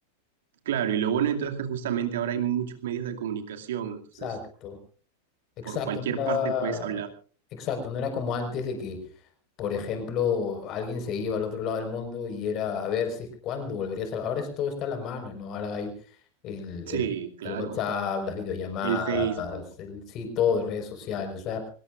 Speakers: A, on the right (about 55°); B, on the left (about 35°).
A: Claro, y lo bueno entonces es que justamente ahora hay muchos medios de comunicación, entonces
B: Exacto, exacto,
A: por cualquier
B: no era,
A: parte puedes hablar.
B: exacto, no era como antes de que, por ejemplo, alguien se iba al otro lado del mundo y era a ver si cuándo volverías a... Ahora es- todo está a la mano, ¿no? Ahora hay el,
A: Sí,
B: el,
A: claro.
B: el WhatsApp, las videollamadas,
A: El Facebook,
B: el, sí, todo, redes sociales, o sea,